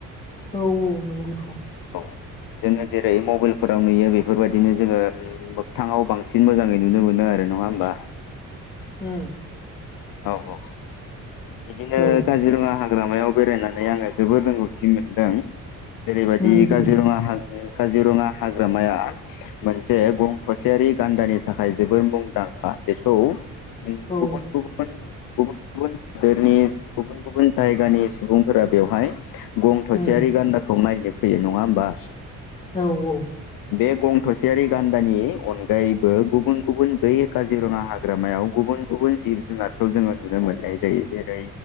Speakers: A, on the left; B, on the left.
A: औ औ नंगौथ'।
B: औ जोङो जेरै मबाइलफोराव नुयो बेफोरबायदिनो जोङो मोगथाङाव बांसिन मोजाङै नुनो मोनो आरो नङा होनोमबा।
A: होम
B: औ औ बिदिनो
A: औ
B: काजिरङा हाग्रामायाव बेरायनानै आङो जोबोर रोंगौथि मोनदों जेरैबायदि
A: उम
B: काजिरङा
A: उम
B: हाजो काजिरङा हाग्रामाया मोनसे गं थसेयारि गान्दानि थाखाय जोबोर मुंदांखा। बेखौ
A: औ
B: गुबुन गुबुन गुबुन गुबुन हादोरनि गुबुन गुबुन जायगानि सुबुंफोरा बेवहाय गं थसेयारि
A: उम
B: गान्दाखौ नायनो फैयो नङा होमबा
A: औ औ।
B: बे गं थसेयारि गान्दानि अनगायैबो गुबुन गुबुन बै काजिरङा हाग्रामायाव गुबुन गुबुन जिब जुनारखौ जोङो नुनो मोननाय जायो जेरै